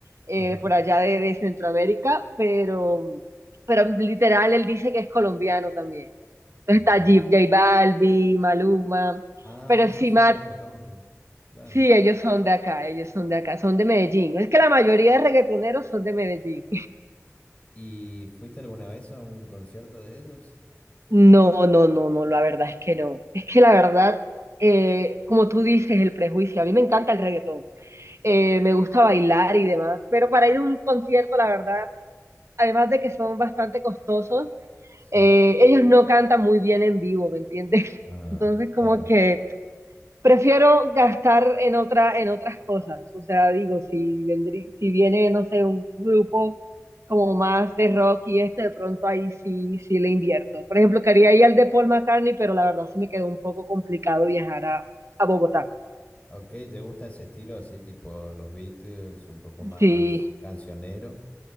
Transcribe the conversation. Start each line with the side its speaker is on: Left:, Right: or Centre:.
Right: eh,
Left: Ajá,
Right: por allá de, de Centroamérica, pero, pero literal él dice que es colombiano también. Entonces
Left: mira
Right: está J,
Left: vos.
Right: J Balvin, Maluma,
Left: Ah,
Right: pero
Left: esos
Right: sí,
Left: son
Right: Matt,
Left: de Colombia. Claro.
Right: sí, ellos son de acá, ellos son de acá, son de Medellín. Es que la mayoría de reggaetoneros son de Medellín.
Left: ¿Y fuiste alguna vez a un concierto de ellos?
Right: No, no, no, no, la verdad es que no. Es que la verdad, eh, como tú dices, el prejuicio. A mí me encanta el reggaetón. Eh, me gusta bailar y demás. Pero para ir a un concierto, la verdad, además de que son bastante costosos,
Left: Sí.
Right: eh, ellos no cantan muy bien en vivo, ¿me entiendes? <laughs>
Left: Ah,
Right: Entonces,
Left: claro.
Right: como que prefiero gastar en otra, en otras cosas. O sea, digo, si vendrí- si viene, no sé, un grupo como más de rock y este, de pronto ahí sí, sí le invierto. Por ejemplo, quería ir al de Paul McCartney, pero la verdad sí me quedó un poco complicado viajar a, a Bogotá.
Left: Ok, ¿te gusta ese estilo así, tipo los Beatles, un poco más
Right: Sí,
Left: cancionero?